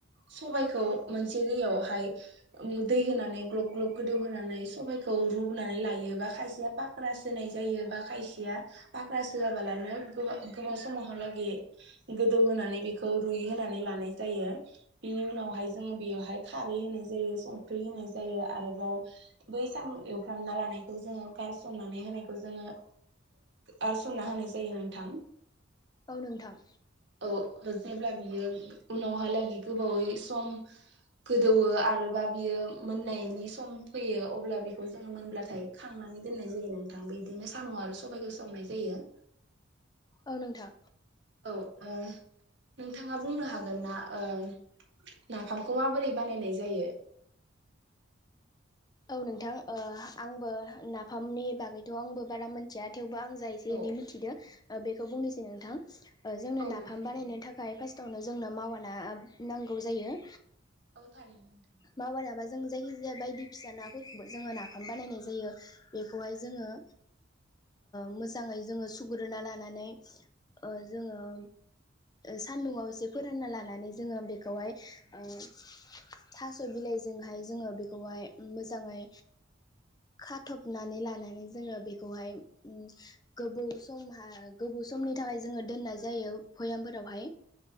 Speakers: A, on the right; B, on the left.
A: सबाइखौ मोनसे दैयावहाय दै होनानै ग्ल'ब ग्ल'ब गोदौहोनानै सबाइखौ रुनानै लायो बा खायसेया फाख्रा सोनाय जायो बा खायसेया फाग्रा सोआबालानो गोब गोबाव समावहालागै गोदौ होनोनानै बेखौ रुय होनानै लानाय जायो बेनि उनावहाय जोङो बेयावहाय खारै होनाय जायो संख्रि होनाय जायो आरोबाव बै साम' एवफ्रामना लानायखौ जोङो गारसननानै होनायखौ जोङो आर सनना होनाय जायो नोंथां।
B: औ नोंथां।
A: औ जेब्ला बियो उनावहालागै गोबावै सम गोदौवो आरोबा बियो मोननायनि सम फैयो अब्ला बेखौ जोङो मोनब्लाथाय खांनानै दोननाय जायो नोंथां बिदिनो साम' आरो सबाइखौ संनाय जायो
B: औ नोंथां
A: औ नोंथाङा बुंनो हागोन जागोन ना नाफामखौ माबोरै बानायनाय जायो
B: औ नोंथां आंबो नाफामनि बागैथ' आंबो बारा मिथिया थेवबो आं जा एसे
A: औ
B: एनै मिथिदो बेखौ बुंनोसै नोंथां जोंनो
A: औ
B: नाफाम
A: देलाय
B: बानायनो
A: बुं
B: थाखाय फार्स्टावनो जोंनो मावा ना नांगौ जायो
A: औ थारैनो नोंथां
B: मावा नाबा जों जायखि जाया बायदि फिसा नाफोरखौबो जोङो नाफाम बानायनाय जायो बेखौहाय जोङो मोजाङै जोङो सुग्रोना लानानै जोङो सान्दुंङआव एसे फोरानना लानानै जोङो बेखौहाय थास' बिलाइजोंहाय जोङो बेखौहाय मोजाङै खाथबनानै लानानै जोङो बेखौहाय गोबौ समहा गोबौ समनि थाखाय जोङो दोननाय जायो भयामफोरावहाय